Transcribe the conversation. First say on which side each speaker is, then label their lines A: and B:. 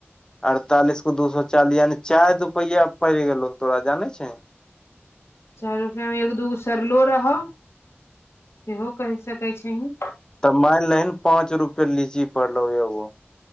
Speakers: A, on the left; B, on the left.
A: अड़तालीस को दू सौ चालीस यानि चाएर रुपैया पड़ गेलो तोरा जानै छीं।
B: चार रुपआ में एक दूगो सरलों रहो सेहो केह सकै छींह।
A: तऽ मान लेहि न पाँच रुपए लीची पड़लो एगो।